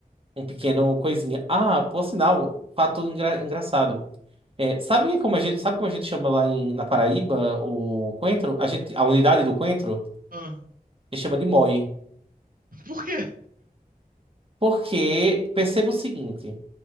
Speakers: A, on the right; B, on the right.
A: um pequeno coisinha. Ah, por sinal, fato engra- engraçado. É, sabe como a gente, sabe como a gente chama lá em, na Paraíba o coentro? A gente, a unidade do coentro,
B: Ah,
A: a gente chama de moi.
B: por quê?
A: Porque perceba o seguinte.